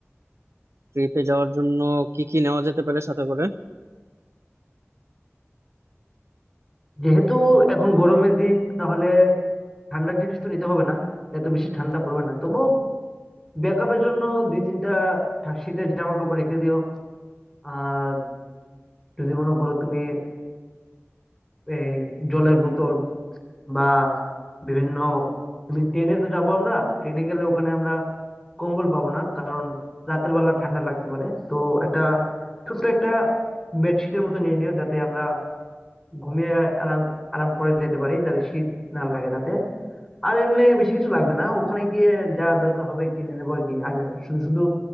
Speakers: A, on the right; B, in the centre.
A: ট্রিপে যাওয়ার জন্য কি কি নেওয়া যেতে পারে সাথে করে
B: যেহেতু এখন গরমের দিন তাহলে ঠান্ডার জিনিস তো নিতে হবে না এত বেশি ঠান্ডা পড়বে না তবু ব্যাকআপের জন্য দুই তিনটা ঠা- শীতের জামা কাপড় রেখে দিও আর যদি মনে করো তুমি এই জলের বোতল বা বিভিন্ন তুমি ট্রেনে তো যাবো আমরা ট্রেনে গেলে ওখানে আমরা কম্বল পাবো না কারণ রাতের বেলা ঠান্ডা লাগতে পারে তো একটা ছোট্ট একটা বেডশিটের মতো নিয়ে নিও যাতে আমরা ঘুমিয়ে আরাম আরাম করে যেতে পারি যাতে শীত না লাগে রাতে আর এমনি বেশি কিছু লাগবে না ওখানে গিয়ে যা দরকার হবে কিনে নেবো আর কি আর শুধু শুধু